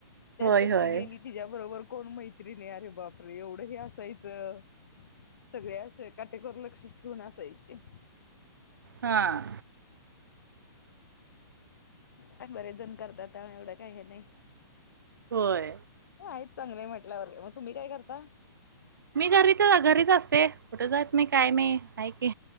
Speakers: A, on the left; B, on the right.
A: त्यात
B: होय
A: जर
B: होय
A: ती गेली. तिच्या बरोबर कोण मैत्रीण आहे अरे बाप रे! एवढं हे असायचं. सगळे असे काटेकोर लक्षच ठेवून असायचे.
B: हां.
A: पण बरेच जण करतात त्यामुळं एवढं काही हे नाही.
B: होय.
A: हो आहेच चांगलंय म्हटल्यावर. मग तुम्ही काय करता?
B: मी घरीच घरीच असते. कुठे जात नही काय नही. हाय की,